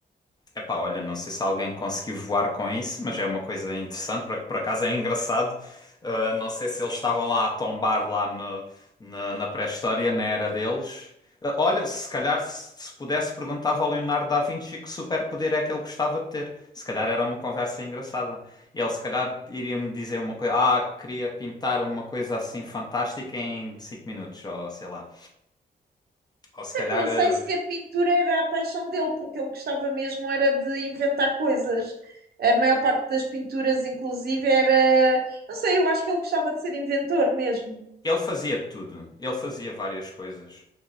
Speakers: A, on the left; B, on the right.
A: Epá, olha, não sei se alguém conseguiu voar com isso, mas é uma coisa interessante, por, por acaso é engraçado. Uh, não sei se eles estavam lá a tombar lá no- na, na pré-história, na era deles. Uh, olha, se calhar se, se pudesse perguntava ao Leonardo da Vinci que superpoder é que ele gostava de ter. Se calhar era uma conversa engraçada. Ele se calhar iria-me dizer uma coisa, ah, queria pintar uma coisa assim fantástica em cinco minutos, ou sei lá. Ou se calhar
B: É que não
A: ah,
B: sei se a pintura era a paixão dele, porque ele gostava mesmo era de inventar coisas. A maior parte das pinturas, inclusive, era. Não sei, eu acho que ele gostava de ser inventor mesmo.
A: Ele fazia tudo, ele fazia várias coisas.